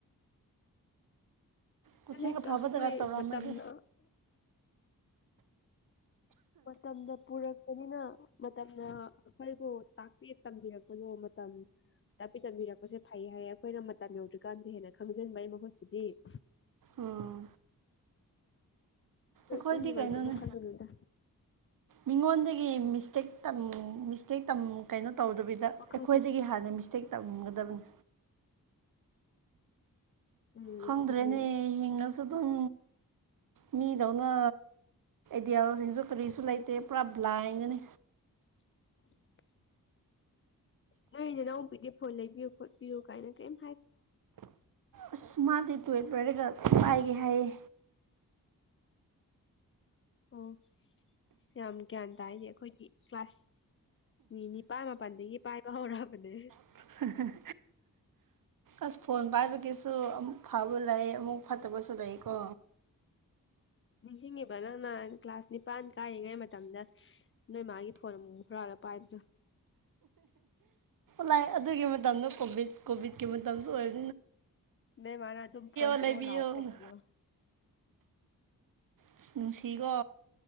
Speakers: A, on the right; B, on the left.
A: ꯀꯣꯆꯤꯡ
B: ꯑꯩꯈꯣꯏ
A: ꯑꯐꯕꯗꯒ ꯇꯧꯔꯝꯃꯗꯤ
B: ꯃꯇꯝꯅ ꯃꯇꯝꯗ ꯄꯨꯔꯛꯄꯅꯤꯅ ꯃꯇꯝꯅ ꯑꯩꯈꯣꯏꯕꯨ ꯇꯥꯛꯄꯤ ꯇꯝꯕꯤꯔꯛꯄꯗꯣ ꯃꯇꯝ ꯇꯥꯛꯄꯤ ꯇꯝꯕꯤꯔꯛꯄꯁꯦ ꯐꯩꯌꯦ ꯍꯥꯏꯌꯦ ꯑꯩꯈꯣꯏꯅ ꯃꯇꯝ ꯌꯧꯗ꯭ꯔꯤꯀꯥꯟꯗ ꯍꯦꯟꯅ ꯈꯪꯖꯤꯟꯕꯩ ꯃꯍꯨꯠꯄꯨꯗꯤ <inaudible>
A: ꯎꯝ ꯑꯩꯈꯣꯏꯗꯤ
B: ꯀꯩ ꯅꯨꯡꯉꯥꯏꯇꯕ
A: ꯀꯩꯅꯣꯅꯦ
B: ꯈꯜꯂꯨꯅꯨꯗ
A: ꯃꯤꯉꯣꯟꯗꯒꯤ ꯃꯤꯁꯇꯦꯛ ꯃꯤꯁꯇꯦꯛ ꯇꯝ ꯀꯩꯅꯣ ꯇꯧꯗꯕꯤꯗ
B: ꯋꯥꯈꯜꯁꯦ
A: ꯑꯩꯈꯣꯏꯗꯒꯤ ꯍꯥꯟꯅ ꯃꯤꯁꯇꯦꯛ ꯇꯝꯒꯗꯕꯅꯤ
B: ꯎꯝ
A: ꯈꯪꯗ꯭ꯔꯦꯅꯦ
B: ꯑꯗꯨꯅꯦ
A: ꯍꯤꯡꯉꯁꯨ ꯑꯗꯨꯝ ꯃꯤꯗꯧꯅ ꯗꯤꯜꯁꯤꯡꯁꯨ ꯀꯔꯤꯁꯨ ꯂꯩꯇꯦ ꯄꯨꯔꯥ ꯕ꯭ꯂꯥꯏꯟꯗꯅꯦ
B: <unintelligible> ꯅꯣꯏ ꯅꯅꯎꯄꯤꯗꯤ ꯐꯣꯟ ꯂꯩꯕꯤꯌꯨ ꯈꯣꯠꯄꯤꯌꯨ ꯀꯥꯏꯅ ꯀꯦꯝ
A: ꯑꯁ ꯃꯥ ꯇꯨꯋꯜꯞ ꯑꯣꯏꯔꯒ ꯄꯥꯏꯒꯦ ꯍꯥꯏꯌꯦ
B: ꯑꯣ ꯌꯥꯝ ꯒ꯭ꯌꯥꯟ ꯇꯥꯏꯌꯦ ꯑꯩꯈꯣꯏꯗꯤ ꯀ꯭ꯂꯥꯁ ꯃꯤ ꯅꯤꯄꯥ ꯃꯄꯥꯟꯗꯒꯤ ꯄꯥꯏꯕ ꯍꯧꯔꯛꯑꯕꯅꯦ
A: <inaudible> ꯍꯥꯍꯥꯍꯥ ꯑꯁ ꯐꯣꯟ ꯄꯥꯏꯕꯒꯤꯁꯨ ꯑꯃꯨꯛ ꯐꯕ ꯂꯩ ꯑꯃꯨꯛ ꯐꯠꯇꯕꯁꯨ ꯂꯩꯀꯣ
B: <inaudible> ꯅꯤꯡꯁꯤꯡꯉꯤꯕ ꯅꯪꯅꯥ ꯀ꯭ꯂꯥꯁ ꯅꯤꯄꯥꯥꯟ ꯀꯥꯔꯤꯉꯦ ꯃꯥꯇꯝ ꯃꯇꯝꯗ ꯅꯣꯏ ꯃꯥꯒꯤ ꯐꯣꯟ ꯑꯃꯨꯛ ꯑꯃꯨꯛ ꯍꯨꯔꯥꯜꯂꯒꯥ ꯄꯥꯏꯕꯗꯣ
A: ꯂꯥꯏ ꯑꯗꯨꯒꯤ ꯃꯇꯝꯗꯣ ꯀꯣꯚꯤꯠ ꯀꯣꯚꯤꯠꯀꯤ ꯃꯇꯝꯁꯨ ꯑꯣꯏꯔ
B: ꯅꯣꯏ ꯃꯥꯅ ꯑꯗꯨꯝ ꯐꯣꯟ
A: ꯂꯩꯕꯤꯌꯣꯅ
B: ꯄꯤꯔꯛ ꯑꯣ ꯂꯥꯎꯕꯗꯣ
A: ꯏꯁ ꯅꯨꯡꯁꯤ ꯀꯣ